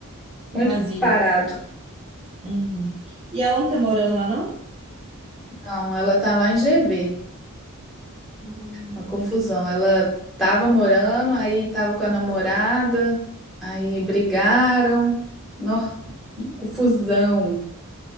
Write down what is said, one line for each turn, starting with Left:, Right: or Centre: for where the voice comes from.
Centre: muito
Right: Vazio.
Centre: parado.
Right: Uhum. E ela não tá morando lá, não?
Centre: Não, ela tá lá em GV,
Right: Hum,
Centre: uma confusão.
Right: Entendi.
Centre: Ela tava morando, aí tava com a namorada, aí brigaram, nó, confusão.